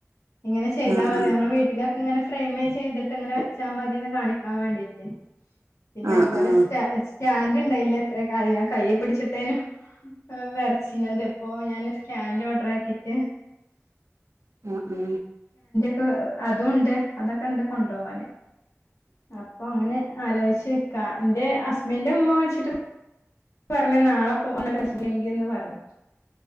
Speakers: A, on the left (about 70°); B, on the right (about 75°).
A: ഇങ്ങനെ ചെയ്താൽ
B: ആഹ്
A: മതി
B: ആഹ്
A: നമ്മുടെ വീട്ടിലെ ഇങ്ങനെ ഫ്രെയ്മ് ചെയ്തിട്ടിങ്ങനെ വെച്ചാ മതീന്ന് കാണിക്കാൻ വേണ്ടീട്ട് പിന്നെ
B: ആഹ്
A: അതുപോലെ
B: ആഹ് ആഹ്
A: സ്‌റ്റ സ്റ്റാൻഡ് ഉണ്ടായില്ല ഇത്രയും കാലം ഞാൻ കയ്യെ പിടിച്ചിട്ടായിനു വരച്ചിനത് ഇപ്പൊ ഞാന് സ്റ്റാൻഡ് ഓർഡർ ആക്കിട്ട്
B: ആ ആഹ
A: <unintelligible> അതും ഉണ്ട് അതൊക്കെ ഇണ്ട് കൊണ്ടുപോവാന് അപ്പൊ അങ്ങനെ ആലോചിച്ച് നിക്കാ എന്റെ ഹസ്ബൻഡിന്റെ ഉമ്മ വിളിച്ചിട്ട് പറഞ്ഞു നാളെപ്പോ <unintelligible> പറഞ്ഞു